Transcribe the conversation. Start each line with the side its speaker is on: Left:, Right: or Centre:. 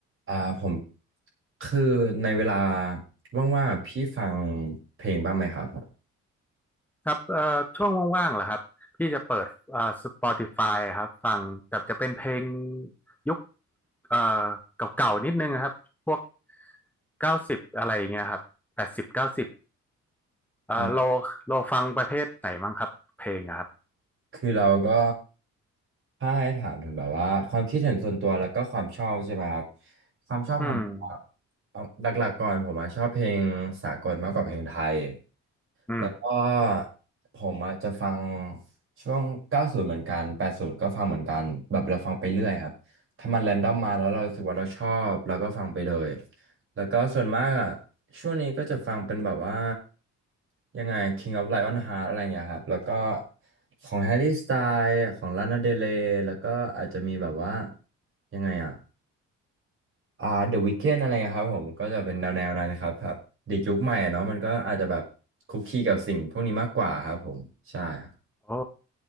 Right: อ่าผมคือในเวลาว่างๆอะพี่ฟังเพลงบ้างไหมครับผม
Centre: ครับเอ่อช่วงว่างๆเหรอครับพี่จะเปิดเอ่อ Spotify ครับฟังแต่จะเป็นเพลงยุคเอ่อเก่าๆ นิดนึงนะครับพวกเก้าสิบอะไรอย่างเงี้ยครับแปดสิบเก้าสิบเอ่อโลโลฟังประเภทไหนมั้งครับเพลงอะครับ
Right: อ่าคือเราก็ถ้าให้ถามถึงแบบว่าความคิดเห็นส่วนตัวแล้วก็ความชอบใช่ไหมครับความชอบของผมอะ
Centre: อืม
Right: เอาหลักๆก่อนผมอะชอบเพลงสากลมากกว่าเพลงไทย
Centre: อืม
Right: แล้วก็ผมอะจะฟังช่วง90เหมือนกัน80ก็ฟังเหมือนกันแบบเราฟังไปเรื่อยครับถ้ามันแรนดอมมาแล้วเรารู้สึกว่าเราชอบเราก็ฟังไปเลย แล้วก็ส่วนมากอ่ะช่วงนี้ก็จะฟังเป็นแบบว่ายังไง King of Lion Heart อะไรอย่างเงี้ยครับแล้วก็ของ Harry Styles ของ Lana Del Rey แล้วก็อาจจะมีแบบว่ายังไงอ่ะอ่า The Weeknd อะไรอะครับผมก็จะเป็นแนวแนวนั้นครับแบบเด็กยุคใหม่อะเนาะมันก็อาจจะแบบคุกคีกับสิ่งพวกนี้มากกว่าครับผมใช่ครับ
Centre: โอ้